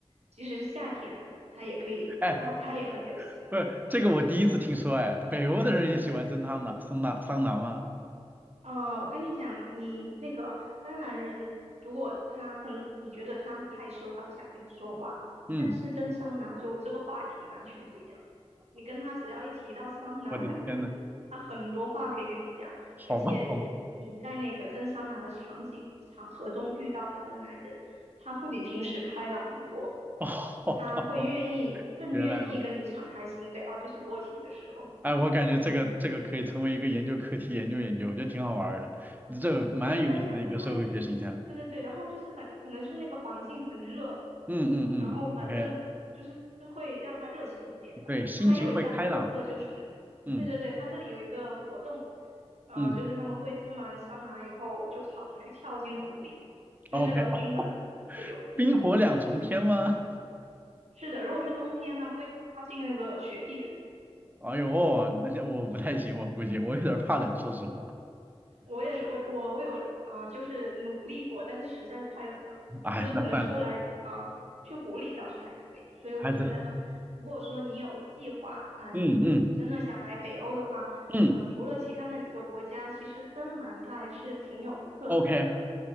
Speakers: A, on the right; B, on the right.
A: 即使是夏天，它也可以，
B: 哎，
A: 它会它也很流行，
B: 不是这个我第一次听说，哎，北欧的人也喜欢蒸桑拿桑拿桑拿吗？
A: 啊，我跟你讲，你那个芬兰人，如果他很，你觉得他很害羞，他不想跟你说话，
B: 嗯，
A: 但是跟桑拿就这个话题完全不一样。你跟他只要一提到桑拿
B: 我的天呐，
A: <laughs> 两个字，他很多话可以跟你讲，而且你你在那个蒸桑拿的场景场合中遇到的芬兰人，
B: 好吧好吧
A: 他会比平时开朗很多，
B: <laughs> 好吧好吧
A: 他会愿意更愿意跟你敞开心扉啊，
B: 原来如此。
A: 就是裸体的时候。
B: 哎，我感觉这个这个可以成为一个研究课题，研究研究，我觉得挺好玩儿的，这蛮有意思的一个社会学形象。
A: 对，在那，因为，对对对，然后就是很可能是那个环境很热，
B: 嗯嗯嗯，OK，
A: 然后反正就是会让他热情一点吧。
B: 对，心情会开朗嘛，
A: 它还有一大特色就是，
B: 嗯
A: 对对对，它这里有一个活动，呃，
B: 嗯
A: 就是他们会蒸完桑拿以后就跑出去跳进湖里，就是那个冰冷的湖水有刺激你的身体。
B: ，OK，哦冰火两重天吗？
A: 是的，如果是冬天，他们会扎进那个雪地里。
B: <laughs> 哎呦，那些我不太行，我估计我有点儿怕冷，说实话。
A: 我也是，我我我有啊、呃就是努力过，但是实在是太冷了，
B: 哎，
A: 就是可能出来啊、
B: 那算了，
A: 呃去湖里倒是还可以，所以我觉得，
B: 孩子，
A: 如果说你有计划啊、
B: 嗯嗯
A: 真的想来北欧的话，
B: 嗯
A: 嗯、除了其他那几个国家，其实芬兰它还是挺有特色的，
B: ，OK，